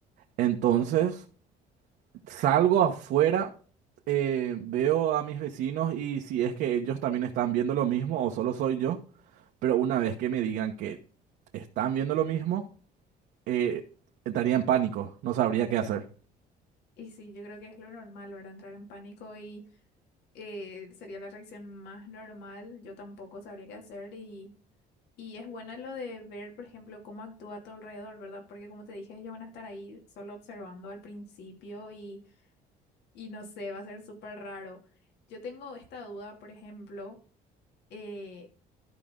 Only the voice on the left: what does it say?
Y sí, yo creo que es lo normal, ¿verdad? Entrar en pánico y eh, sería la reacción más normal, yo tampoco sabría qué hacer y, y es buena lo de ver, por ejemplo, cómo actúa a tu alrededor, ¿verdad? Porque como te dije, ellos van a estar ahí solo observando al principio y, y no sé, va a ser súper raro. Yo tengo esta duda, por ejemplo, eh,